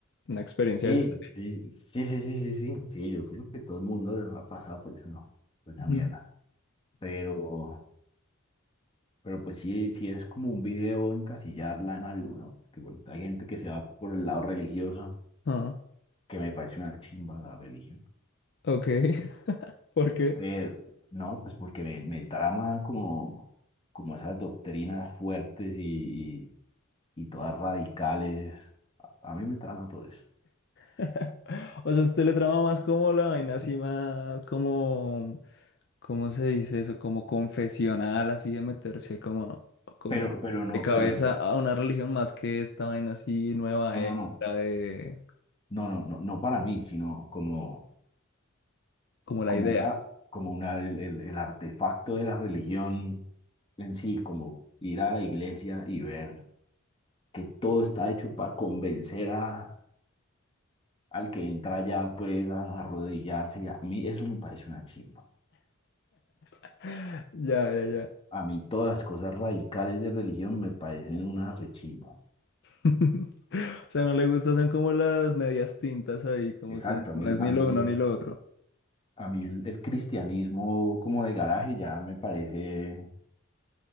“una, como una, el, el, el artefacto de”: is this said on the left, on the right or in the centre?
Left